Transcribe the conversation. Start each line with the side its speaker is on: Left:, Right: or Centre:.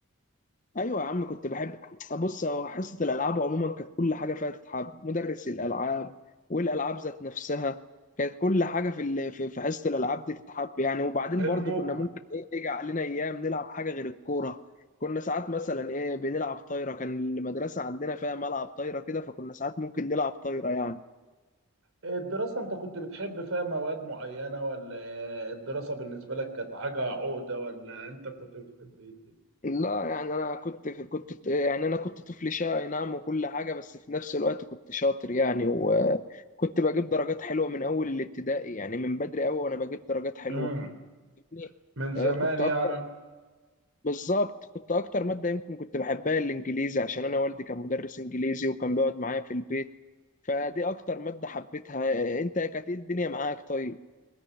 Left: ايوه يا عم كنت بحب ابص هو حصه الالعاب عموما كانت كل حاجه فيها تتحب مدرس الالعاب والالعاب ذات نفسها كانت كل حاجه في ال- في في حصه الالعاب دي تتحب يعني وبعدين
Right: المجمل
Left: برضو كنا ممكن ايه يجي علينا ايام نلعب حاجه غير الكوره كنا ساعات مثلا ايه بنلعب طايره كان المدرسه عندنا فيها ملعب طايره كده فكنا ساعات ممكن نلعب طايره يعني
Right: الدراسه انت كنت بتحب فيها مواد معينه ولا الدراسه بالنسبه لك كانت حاجه عقده ولا انت كنت بتحب ايه الدنيا؟
Left: لا يعني انا كنت كنت يعني انا كنت طفل شقي نعم وكل حاجه بس في نفس الوقت كنت شاطر يعني وكنت بجيب درجات حلوه من اول الابتدائي يعني من بدري قوي وانا بجيب درجات حلوه
Right: امم
Left: يعني
Right: من زمان
Left: آه، كنت
Right: يعني
Left: اكتر بالظبط كنت اكتر ماده يمكن كنت بحبها الانجليزي عشان انا والدي كان مدرس انجليزي وكان بيقعد معايا في البيت فدي اكتر ماده حبيتها آه، انت كانت ايه الدنيا معاك طيب